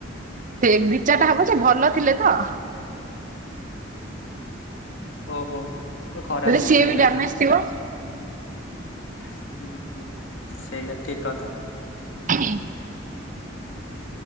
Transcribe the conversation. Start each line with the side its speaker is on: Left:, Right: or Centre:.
Right: <inaudible> ଟା ହବ ଯେ ଭଲ ଥିଲେ ତ।
Left: ଓହୋ। ଖରାପ
Right: ହେଲେ
Left: ହେଇଗଲାଣି
Right: ସିଏ ବି ଡାମେଜ ଥିବ।
Left: ହଁ ସେଇଆ ଠିକ କଥା।
Right: <unintelligible>